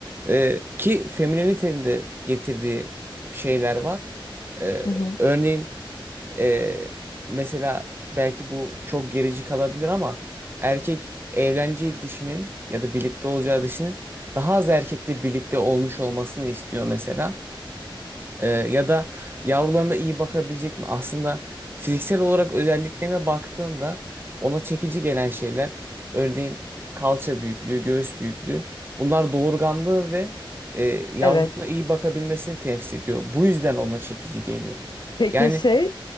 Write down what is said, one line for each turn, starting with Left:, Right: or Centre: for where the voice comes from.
Right: Ee, ki feminenitenin de getirdiği şeyler var. Ee,
Left: Hı hı.
Right: örneğin e, mesela belki bu çok gerici kalabilir ama erkek evleneceği dişinin ya da birlikte olacağı dişinin daha az erkekle birlikte olmuş olmasını istiyor mesela. Ee, ya da yavrularına iyi bakabilecek mi? Aslında fiziksel olarak özelliklerine baktığında ona çekici gelen şeyler, örneğin kalça büyüklüğü, göğüs büyüklüğü, bunlar doğurganlığı ve e, yavrusuna
Left: Evet.
Right: iyi bakabilmesini temsil ediyor. Bu yüzden ona çekici geliyor.
Left: Peki
Right: Yani
Left: şey